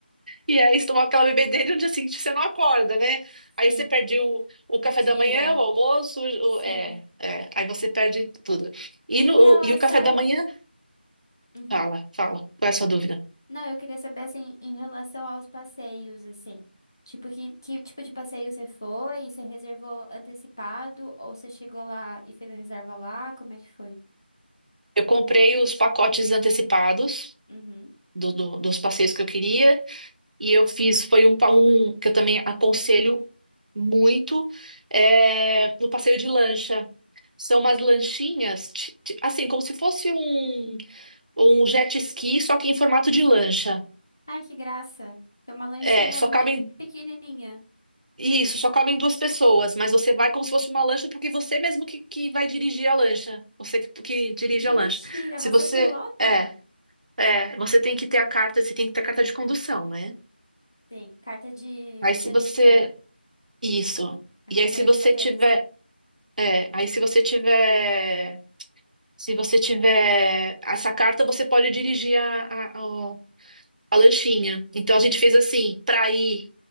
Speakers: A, on the right; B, on the left.
A: e aí você tomar aquela bebedeira e no dia seguinte você não acorda, né?
B: Sim,
A: Aí você perde o, o café
B: o dia.
A: da manhã, o almoço, o-
B: Sim.
A: é, é, aí você perde tudo. E
B: E em
A: no,
B: relação.
A: e o café da manhã,
B: Uhum.
A: fala, fala, qual é a sua dúvida?
B: Não, eu queria saber assim, em relação aos passeios, assim. Tipo, que, que tipo de passeio você foi? Você reservou antecipado? Ou você chegou lá e fez a reserva lá? Como é que foi?
A: Eu comprei os pacotes antecipados
B: Uhum.
A: do- do- dos passeios que eu queria e eu fiz, foi um, pa- um que eu também aconselho muito, é, no passeio de lancha. São umas lanchinhas, ti- ti- assim, como se fosse um, um jet ski, só que em formato de lancha.
B: Ai, que graça. Tem uma lanchinha
A: É, só
B: mais
A: cabem,
B: pequenininha.
A: isso, só cabem duas pessoas, mas você vai como se fosse uma lancha, porque você mesmo que, que vai dirigir a lancha, você que, que dirige
B: Mentira,
A: a lancha. Se
B: você
A: você,
B: pilota?
A: é, É, você tem que ter a carta, você tem que ter a carta de condução, né?
B: Sim, carta de
A: Aí
B: motorista,
A: se você. Isso.
B: a
A: E
B: carteira
A: aí se você
B: de motorista.
A: tiver. É, aí se você tiver. Se você tiver essa carta, você pode dirigir a, a, o- a lanchinha. Então a gente fez assim, pra ir,